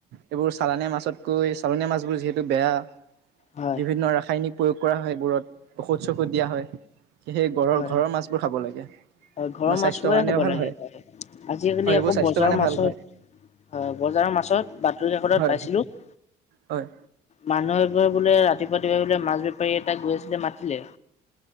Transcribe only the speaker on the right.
এইবোৰ- চালানীয়া মাছতকৈ চালনীয়া মাছবোৰ যিহেতু বেয়া।
বিভিন্ন ৰাসায়নিক- প্ৰয়োগ কৰা হয় এইবোৰত ঔষধ চৌষধ দিয়া হয়, সেয়ে ঘৰ
ঘৰৰ মাছবোৰ খাব লাগে।
না স্বাস্থ্যৰ
কাৰণেও
ভাল
হয় এইবোৰ
স্বাস্থ্যৰ
কাৰণে
ভাল হয়
হয়
হয়